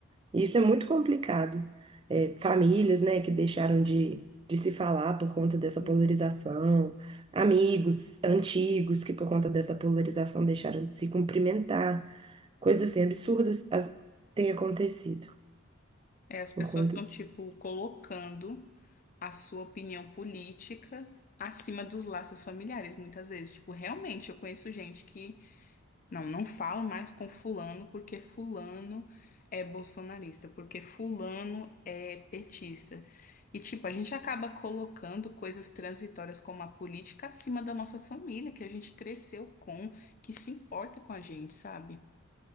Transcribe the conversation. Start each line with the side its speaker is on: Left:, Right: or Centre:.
Right: E Isso é muito complicado. É, famílias, né, que deixaram de, de se falar por conta dessa
Left: Sim.
Right: polarização, amigos antigos que por conta dessa polarização deixaram de se cumprimentar, coisas assim absurdas as, têm acontecido
Left: É, as pessoas
Right: por conta
Left: estão, tipo, colocando. a sua opinião política acima dos laços familiares, muitas vezes. Tipo, realmente, eu conheço gente que não, não falo mais com fulano porque fulano é bolsonarista, porque fulano é petista. E, tipo, a gente acaba colocando coisas transitórias como a política acima da nossa família, que a gente cresceu com, que se importa com a gente, sabe?